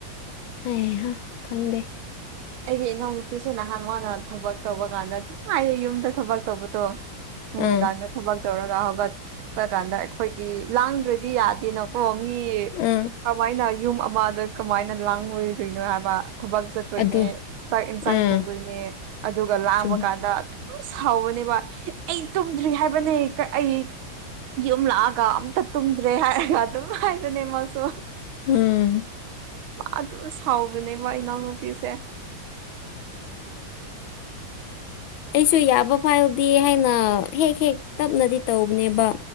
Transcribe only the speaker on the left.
ꯍꯩꯍ ꯈꯪꯗꯦ꯫
ꯑꯥ
ꯑꯥ
ꯑꯗꯨ
ꯑꯥ
ꯆꯨꯝ
ꯎꯝ
ꯑꯩꯁꯨ ꯌꯥꯕ ꯐꯥꯎꯥꯎꯗꯦ ꯍꯥꯏꯅ ꯍꯦꯛ ꯍꯦꯛ ꯇꯞꯅꯗꯤ ꯇꯧꯕꯅꯦꯕ